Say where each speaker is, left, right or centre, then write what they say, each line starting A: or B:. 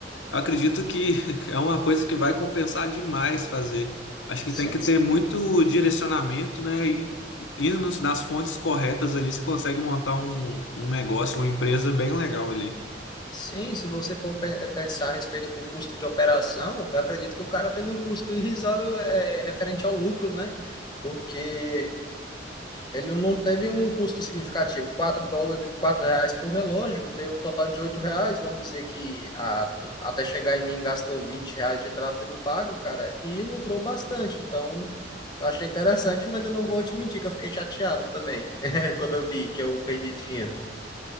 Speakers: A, on the left; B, on the left.
A: Acredito que <laughs> é uma coisa que vai compensar demais fazer. Acho que
B: Sim,
A: tem que ter muito direcionamento, né? E indo nos- nas fontes corretas ali, você consegue montar um, um negócio, uma empresa bem legal ali.
B: Sim, se você for pe- eh, pensar a respeito do custo de operação, eu acredito que o cara teve um custo irrisório é, referente ao lucro, né? Porque ele não teve um custo significativo. quatro dólares, 4 reais por relógio, deu um total de 8 reais. Vamos dizer que a- até chegar em mim gastou 20 reais de tráfego pago, cara, e lucrou bastante. Então, eu achei interessante, mas eu não vou te mentir que eu fiquei chateado também <laughs> quando eu vi que eu perdi dinheiro.